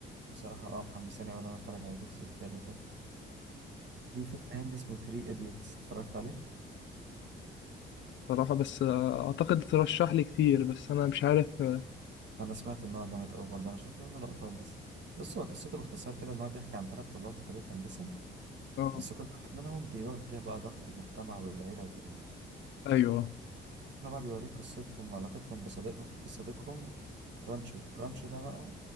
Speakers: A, on the right; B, on the left.
A: بصراحة اه محمساني أوي إن أنا أتفرج على الجزء التالت ده في فيلم هندي اسمه ثري إيديوتس اتفرجت عليه
B: بصراحة بس آه، اعتقد ترشح لي كتير بس انا مش عارف آه،
A: أنا سمعت إن هو جامد أوي برضه أنا شفت منه لقطات بس بص هو قصته باختصار كده إن هو بيحكي عن تلات طلاب في كلية هندسة
B: اه
A: بس كل واحد منهم بيواجه بقى ضغط المجتمع والعيلة وكده
B: ايوه
A: احنا بقى بيوريك قصتهم وعلاقتهم بصديقهم بصديقهم رانشو رانشو ده بقى